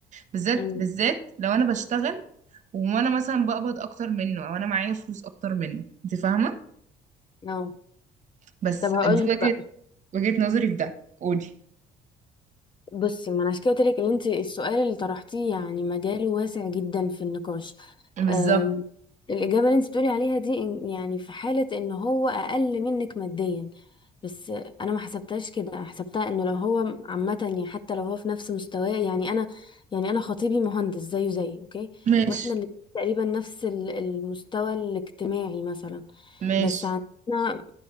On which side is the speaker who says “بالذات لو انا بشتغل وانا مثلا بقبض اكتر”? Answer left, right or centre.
Right